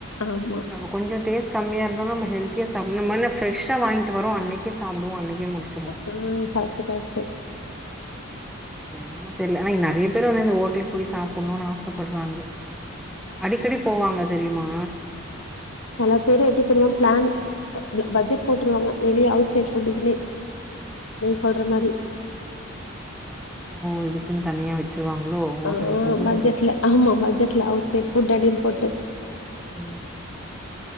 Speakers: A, on the left (about 85°); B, in the centre.
A: ஆமா
B: கொஞ்ச டேஸ்ட் கம்மியா இருந்தாலு நம்ம ஹெல்த்தியா சாப்பணு நம்ம ஆனா ஃப்ரெஷ்ஷா வாங்கிட்டு வரோ அன்னக் கே சாப்டுவோ அன்னைக்கே முடிச்சுருவோ
A: ம் ஃபேக்ட்டு ஃபேக்ட்டு
B: என்னமோ தெரில ஆனா இ நிறைய பேர் வந்து இந்த ஹோட்டலுக்கு போய் சாப்பன்ணுனு ஆசப்படுறாங்க அடிக்கடி போவாங்க தெரியுமா
A: சலப் பேரு எப்படி தெரியுமா பிளான் ப பப் பட்ஜெட் போட்ருவாங்க வெளிய அவுட் சைட்ஃபுட்டு க்குன்னே நீங்க சொல்ற மாரி
B: ஆ இதுக்குன் தனியா வச்சருவாங்களோ ஹோட்டலுக்குனு
A: ஆ பட்ஜெட்ல
B: ஒரு
A: ஆமா பட்ஜட்ல அவுட் சைட்ஃபுட் அப்டின் போட்டு
B: உ